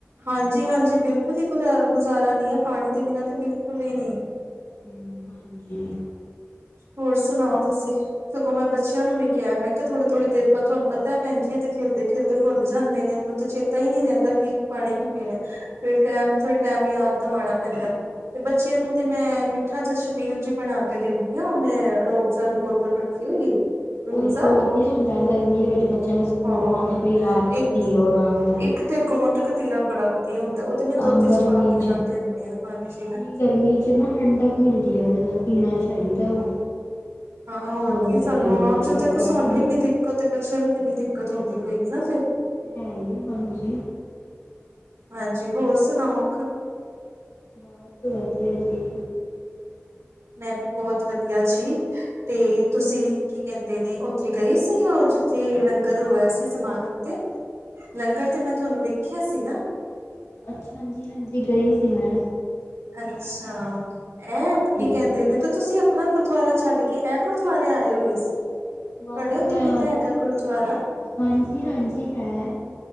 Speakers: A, on the right; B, on the left.
A: ਹਾਂਜੀ ਹਾਂਜੀ ਬਿਲਕੁਲ ਹੀ ਗੁ ਗੁਜ਼ਾਰਾ ਨਹੀਂ ਹੈ ਪਾਣੀ ਦੇ ਬਿਨਾਂ ਤੇ ਬਿਲਕੁਲ ਹੀ ਨਹੀਂ।
B: ਹੂੰ ਹਾਂਜੀ।
A: ਹੋਰ ਸੁਣਾਓ ਤੁਸੀਂ। ਸਗੋਂ ਮੈਂ ਬੱਚਿਆਂ
B: ਹਾਂਜੀ
A: ਨੂੰ ਵੀ ਕਿਹਾ ਮੈਂ ਤੇ ਥੋੜੇ ਥੋੜ੍ਹੇ ਦੇਰ ਬਾਅਦ ਤੁਹਾਨੂੰ ਪਤਾ ਹੈ ਭੈਣ ਜੀ ਖਿਲਦੇ ਖਿਲਦੇ ਭੁੱਲ ਜਾਂਦੇ ਨੇ ਇਹਨੂੰ ਤੇ ਚੇਤਾ ਹੀ ਨਹੀਂ ਰਹਿੰਦਾ ਕਿ ਪਾਣੀ ਵੀ ਪੀਣਾ ਫਿਰ ਟੈਮ ਸਿਰ ਟੈਮ ਯਾਦ ਦਵਾਉਣਾ ਪੈਂਦਾ। ਤੇ ਬੱਚਿਆਂ ਨੂੰ
B: ਉਹ ਤਾਂ
A: ਤੇ ਮੈਂ
B: ਹੈ ਹੀ
A: ਮਿੱਠਾ
B: ਹੈ।
A: ਜ ਛਬੀਲ ਜੀ ਬਣਾ ਕੇ ਦਿੰਦੀ। ਉਹ ਮੈਂ ਰੋਬਜ਼ਾ ਦੀ ਬੋਤਲ ਰੱਖੀ ਹੋਈ ਏ। ਰੂਬਜ਼ਾ
B: ਉਹ ਵੀ ਬਹੁਤ ਵਧੀਆ ਹੁੰਦਾ ਗਰਮੀ ਦੇ ਵਿੱਚ ਬੱਚਿਆਂ ਨੇ ਸਕੂਲੋਂ
A: ਹਾਂ
B: ਆਣਾ ਬਈ ਆ ਕੇ
A: ਇੱਕ
B: ਪੀ ਲਓ ਆਰਾਮ ਨਾਲ।
A: ਇੱਕ ਤੇ ਗੋਂਦ ਕਤੀਰਾ ਬੜਾ ਵਧੀਆ ਹੁੰਦਾ ਉਹ ਤੇ ਮੈਂ ਦੁੱਧ
B: ਆਹ
A: ਚ
B: ਗਰਮੀ
A: ਪਾ ਕੇ
B: 'ਚ
A: ਉਹਨਾਂ ਨੂੰ ਦਿੰਦੀ ਹਾਂ ਹਾਂਜੀ ਹਾਂ‌।
B: ਨਹੀਂ ਗਰਮੀ ਚ ਨਾ ਠੰਡਕ ਮਿਲਦੀ ਹੈ ਉਹਦੇ ਨਾਲ ਪੀਣਾ ਚਾਹੀਦਾ ਉਹ
A: ਹਾਂ ਹੋਰ
B: ਗੋਂਦਕਤੀ
A: ਕੀ ਸਾਨੂੰ
B: ਦੇ
A: ਆਮ
B: ਨਾਲ
A: ਜਦ
B: ਤਾਂ ਬਹੁਤ
A: ਸਾਨੂੰ
B: ਠੰਡ
A: ਇੰਨੀ ਦਿੱਕਤ ਬੱਚਿਆਂ ਨੂੰ ਕਿੰਨੀ ਦਿੱਕਤ ਹੁੰਦੀ ਹੋਏਗੀ ਨਾ ਫਿਰ।
B: ਏ ਤਾਂ ਹੈ ਹੀ ਹੈ ਹਾਂਜੀ
A: ਹਾਂਜੀ
B: ਬਹੁਤ
A: ਹੋਰ ਸੁਣਾਓ।
B: ਬਸ ਵਧੀਆ ਜੀ।
A: ਮੈਂ ਵੀ ਬਹੁਤ ਵਧੀਆ ਜੀ। ਤੇ ਤੁਸੀਂ ਕੀ ਕਹਿੰਦੇ ਨੇ ਉੱਥੇ ਗਏ ਸੀ ਉਹ ਜਿੱਥੇ ਲੰਗਰ ਹੋਇਆ ਸੀ ਸਮਾਗਮ ਤੇ ਲੰਗਰ ਤੇ ਮੈਂ ਤੁਹਾਨੂੰ ਵੇਖਿਆ ਸੀ ਨਾ।
B: ਅੱਛਾ ਹਾਂਜੀ ਹਾਂਜੀ ਗਈ ਸੀ ਮੈਂ।
A: ਅੱਛਾ
B: ਹਾਂਜੀ
A: ਐਂ ਕੀ ਕਹਿੰਦੇ ਨੇ ਤੇ ਤੁਸੀਂ ਆਪਣਾ ਗੁਰਦੁਆਰਾ ਛੱਡ ਕੇ ਇਹ ਗੁਰਦੁਆਰੇ ਆਏ ਹੋਏ ਸੀ ਤੁਹਾਡੇ
B: ਬਸ ਮੈਂ
A: ਉੱਥੇ ਵੀ ਤਾਂ ਹੈਗਾ ਗੁਰਦੁਆਰਾ
B: ਹਾਂਜੀ- ਹਾਂਜੀ ਹੈ।